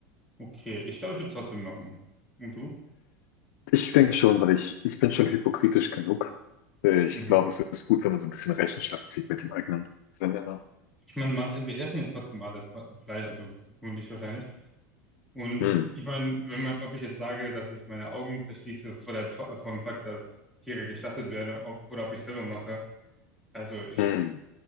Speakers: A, in the centre; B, on the left.
A: okay, ich glaube, ich würde trotzdem machen. Und du?
B: Ich denke schon, weil ich, ich bin schon hypokritisch genug. Äh, Ich
A: Mhm.
B: glaube, es ist gut, wenn man so ein bisschen Rechenschaft zieht mit dem eigenen Sinn immer.
A: Ich meine, man, wir essen ja trotzdem alle tro- Fleisch, also du und ich wahrscheinlich. Und
B: Hm,
A: ich meine, wenn man, ob ich jetzt sage, dass ich meine Augen verschließe vor der, vor vor dem Fakt, dass Tiere geschlachtet werden, ob, oder ob ich selber mache, also ich,
B: hm,